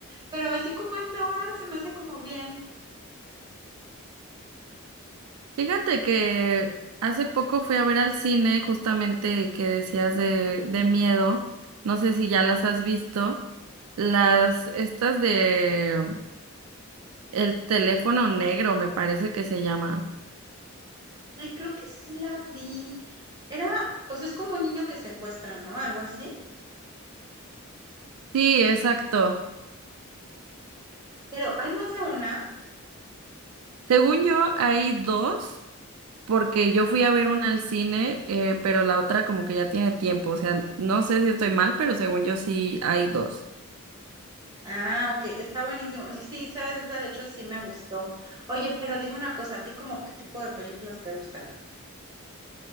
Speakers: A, on the right (about 20°); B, on the right (about 85°).
A: pero así como a esta hora se me hace como bien.
B: Fíjate que hace poco fui a ver al cine justamente que decías de, de miedo. No sé si ya las has visto. Las, estas de El teléfono negro, me parece que se llaman.
A: Ay, creo que sí la vi. Era, pues es como un niño que secuestran, ¿no? Algo así.
B: Sí, exacto.
A: Pero hay más de una.
B: Según yo, hay dos, porque
A: Wow.
B: yo fui a ver una al cine, eh, pero la otra como que ya tiene tiempo. O sea, no sé si estoy mal, pero según yo sí hay dos.
A: Ah, ok, está buenísimo. Sí, sí, sabes, esa de hecho sí me gustó. Oye, pero dime una cosa, ¿a ti como qué tipo de películas te gustan?